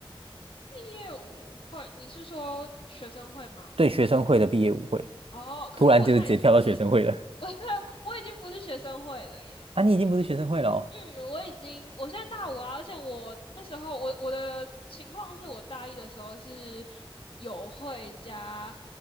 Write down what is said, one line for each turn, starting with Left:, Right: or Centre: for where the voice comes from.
Left: 业务会，你是说学生会吗？
Right: 对，学生会的毕业舞会，
Left: 哦，可是我现在已经不是，
Right: 突然就是直接跳到学生会了
Left: <laughs> 我我已经不是学生会了耶。
Right: 啊！你已经不是学生会了哦，
Left: 嗯，我已经，我现在大五啊，而且我那时候我我的情况是我大一的时候是友会加